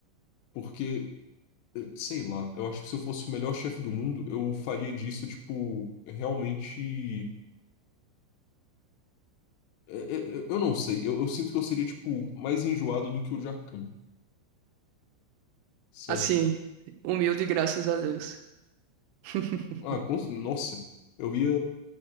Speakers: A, on the left (about 85°); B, on the right (about 85°).
A: Porque, eh, sei lá, eu acho que se eu fosse o melhor chefe do mundo, eu faria disso, tipo, realmente. eh, eh, Eu, eu não sei, eu, eu sinto que eu seria, tipo, mais enjoado do que o Jacan, sabe?
B: Assim, humilde, graças a Deus. <laughs>
A: Ah, com- nossa, eu ia.